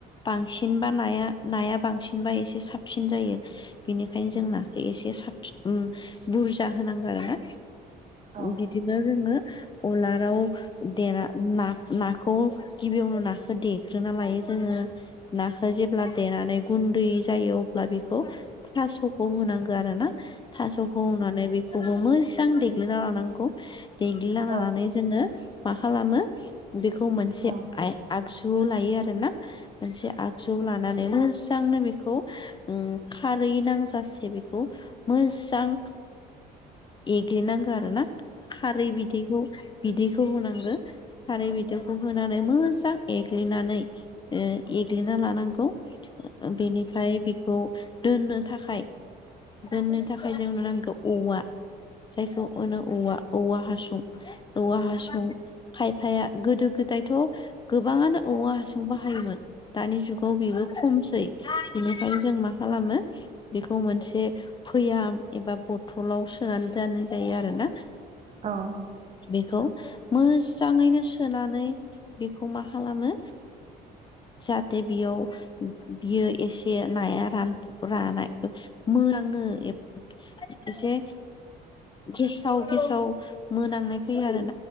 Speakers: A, on the left (about 25°); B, on the right (about 45°).
A: बांसिन बा नाया नाया बांसिनबा एसे साबसिन जायो। बेनिखायनो
B: औ
A: जों नाखौ एसे साबसिन बुरजा होनांगौ आरोना
B: औ
A: बिदिनो जोङो उलाराव देना नाखौ गिबियावनो नाखौ देग्रोना लायो जोङो नाखौ जेब्ला देनानै गुन्दै जायो अब्ला बेखौ थास'खौ होनांगौ आरो ना थास' हनानै बेखौबो मोजां देग्लिना लानांगौ देग्लिना लानानै
B: औ
A: जोङो मा खालामो बेखौ मोनसे
B: औ
A: आ आगजु आगजु लायो आरो ना मोनसे आगजु लानानै मोजांनो बेखौ खारै नांजासे बेखौ मोजां एग्लिनांगौ आरो ना खारै बिदैखौ बिदैखौ होनांगौ खारै बिदैखौ होनानै मोजां एग्लिनानै एग्लिना लानांगौ बेनिफ्राय बेखौ दोननो थाखाय दोननो थाखाय जोंनो नांगौ औवा जायखौ होनो औवा औवा हासुं औ आंहा सं खायफाया गोदो गोदायथ' गोबाङानो औवा हासों बाहायोमोन दानि जुगाव बेबो खमन खमसै बेनिखायनो जों माखालामो बेखौ मोनसे भयाम एबा बथलाव आव सोनानै दोननाय जायो आरोना
B: औ
A: बेखौ मोजाङैनो सोनानै बेखौ मा खालामो जाहाथे बेयाव बियो एसे नाया रान रानाय मोजां ओ एसे गेसाव गेसाव मोनांनाय फैयो आरो ना